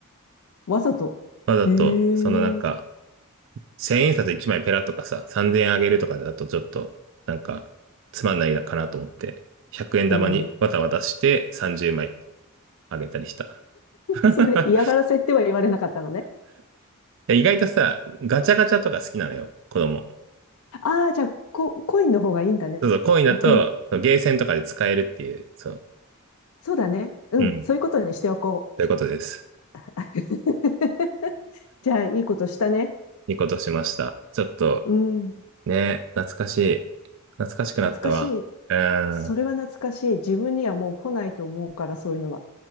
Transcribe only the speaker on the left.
わざと。
へえ。
うん。
それ嫌がらせっては言われなかったのね。
ああ、じゃあ、コ、コインの方がいいんだね。
逆に。
そうだね。うん。
そういうことにしておこう。
<laughs> じゃあ、いいことしたね。
うん。
懐かしい。
それは懐かしい。自分にはもう来ないと思うから、そういうのは。